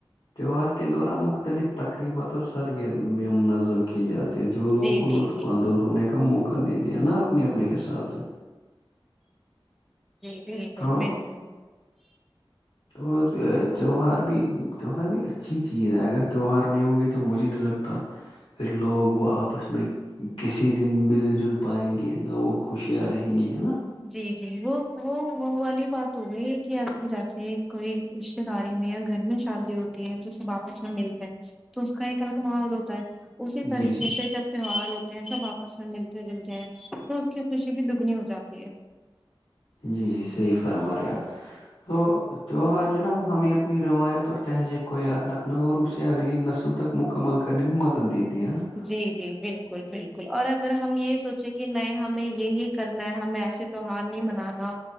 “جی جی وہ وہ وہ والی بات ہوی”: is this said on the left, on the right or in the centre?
Centre